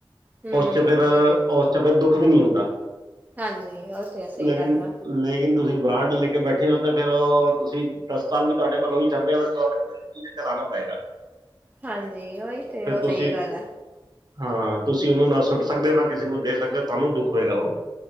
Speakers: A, on the right (about 20°); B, on the right (about 50°).
A: ਹੂ,
B: ਚ ਫਿਰ
A: ਉਹ ਤੇ ਹੈ,
B: ਉਸ ਚ ਫਿਰ ਦੁੱਖ ਵੀ ਨਹੀਂ ਹੁੰਦਾ
A: ਹਾਂਜੀ, ਉਹ ਤੇ ਹੈ ਸਹੀ
B: ਲੇਕਿਨ
A: ਗੱਲ ਆ
B: ਲੇਕਿਨ ਤੁਸੀਂ ਬਰਾਂਡ ਲੈ ਕੇ ਬੈਠੇ ਹੋ, ਤੇ ਫੇਰ ਉਹ ਤੁਸੀਂ ਦਸ ਸਾਲ ਵੀ ਤੁਹਾਡੇ ਕੋਲ ਉਹੀ ਚੱਲਦੇ ਹੋ ਕਿਉਂਕਿ ਚਲਾਨਣਾ ਪਏਗਾ
A: ਹਾਂਜੀ, ਔਹੀ ਤੇ
B: ਫਿਰ
A: ਔ
B: ਤੁਸੀਂ
A: ਸਹੀ ਗੱਲ ਐ-
B: ਹਾਂ ਤੁਸੀਂ ਔਹਨੂੰ ਨਾ ਸੁੱਟ ਸਕਦੇ ਹੋ ਨਾ ਕਿਸੇ ਨੂੰ ਦੇ ਸਕਦੇ ਹੋ ਤੁਹਾਨੂੰ ਦੁੱਖ ਹੋਏਗਾ ਔਹ